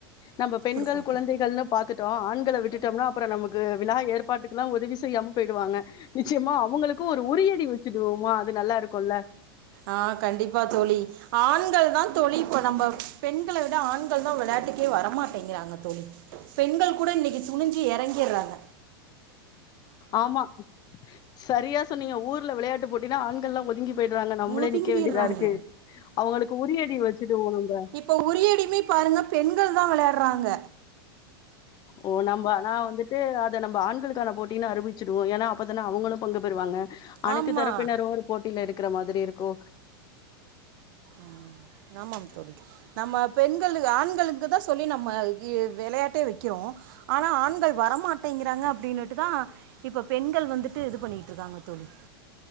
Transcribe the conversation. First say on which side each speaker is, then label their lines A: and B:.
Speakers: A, on the left; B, on the right.
A: நம்ம பெண்கள்
B: கொடுப்போம்
A: குழந்தைகள்னு
B: தோழி
A: பாத் கிட்டோ ஆண்கள விட்டுட்டோம்னா அப்புறோ நமக்கு விழா ஏற்பாட்டுக்குலா உதவி செய்யாமா போயிடுவாங்க நிச்சயமா அவுங்களுக்கு ஒரு உரியடி வச்சுடுவோமா அது நல்லா இருக்குல்ல
B: ஆ கண்டிப்பா தோழி ஆண்கள் தா தோழி இப்ப நம்ம பெண்கள விட ஆண்கள் தா விளையாட்டுக்கே வரமாட்டேங்கிறாங்க தோழி பெண்கள் கூட இன்னைக்கு துணிஞ்சி எறங்கிறாங்க
A: ஆமா செரியா சொன்னீங்க ஊர்ல விளையாட்டு போட்டினா ஆண்கள்லா ஒதுங்கி போயிட்றாங்க நம்மளே
B: ஒதுங்கிடுறாங்க
A: நிக்க வேண்டியதா இருக்கு அவுங்களுக்கு உரிய அடி வச்சுட்டுவோ நம்ப
B: இப்ப உறியடியுமே பாருங்க பெண்கள் தா வெளையாட்றாங்க
A: ஓ நம்ம ஆனா வந்துட்டு அத நம்ம ஆண்களுக்கான போட்டின்னு அறிவிச்சிடுவோ ஏன்னா அப்பதான அவங்களு பங்கு பெறுவாங்க அனைத்து
B: ஆமாம்
A: தரப்பினரு ஒரு போட்டியில இருக்கற மாதிரி இருக்கு
B: ம் ஆமா தோழி நம்ம பெண்கள் ஆண்களுக்கு தா சொல்லி நம்ம வி வெளையாட்டே வக்கிறோ ஆனா ஆண்கள் வரமாட்டேங்கிறாங்க அப்டின்னுட்டுதா இப்ப பெண்கள் வந்துட்டு இது பண்ணிட்டு இருக்காங்க தோழி